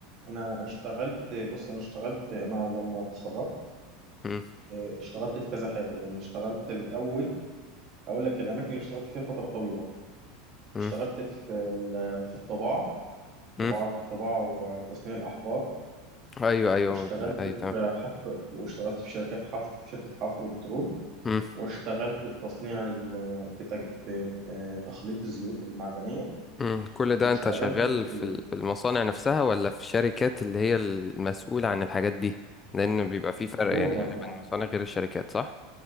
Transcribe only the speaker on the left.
امم
امم
امم
ايوه ايوه
ايوه
تمام
امم
امم كل ده
انت شغال في
ال- في المصانع نفسها ولا في شركات اللي هي المسؤولة عن الحاجات دي لان بيبقى في فرق
يعني
غالبا المصانع غير الشركات صح